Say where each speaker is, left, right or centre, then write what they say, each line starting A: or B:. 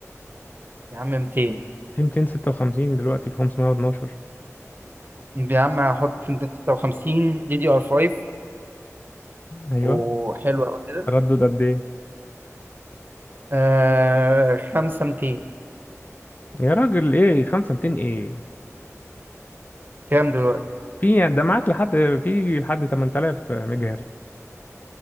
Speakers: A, on the right; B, on the left.
A: يا عم 200
B: في 256 دلوقتي في 512
A: يا عم هحط 256 دي دي ار 5
B: ايوه
A: وحلو قوي كده
B: تردد قد ايه
A: آه 5 200
B: يا راجل ايه 5200 ايه
A: كام دلوقتي
B: في يعني ده معاك لحد في لحد 8000 ميجا هرتز